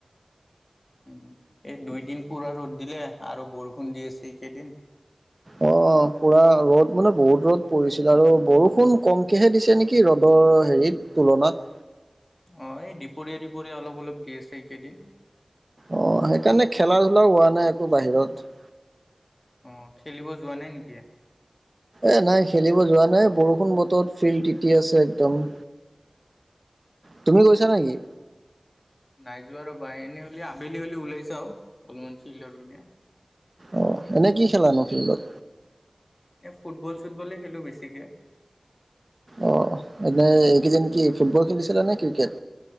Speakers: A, on the left; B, on the right.
A: উম এই দুইদিন পুৰা ৰ'দ দিলে আৰু বৰষুণ দি আছে এই কেইদিন।
B: অ', পূৰা ৰ'দ মানে বহুত ৰ'দ পৰিছিল আৰু বৰষুণ কমকেহে দিছে নেকি ৰ'দৰ হেৰিত? তুলনাত।
A: অ', এই দিপৰীয়া দিপৰীয়া অলপ অলপ দি আছে এইকেইদিন।
B: অ', সেইকাৰণে খেলা ধূলাও হোৱা নাই আকৌ বাহিৰত।
A: অ', খেলিব যোৱা নাই নেকি?
B: এ নাই খেলিব যোৱা নাই বৰষুণ বতৰত ফিল্ড টিতি আছে একদম। তুমি গৈছা নেকি?
A: নাই যোৱা ৰ'বা এনেই হ'লে আবেলি হ'লে ওলাই জাও অলপমান ফিল্ডৰ পিনে।
B: অ', এনে কি খেলানো ফিল্ডত?
A: এ ফুটবল চুটবলেই খেলোঁ বেছিকে।
B: অ', এনে এইকেইদিন ফুটবল খেলিছিলা নে ক্ৰিকেট?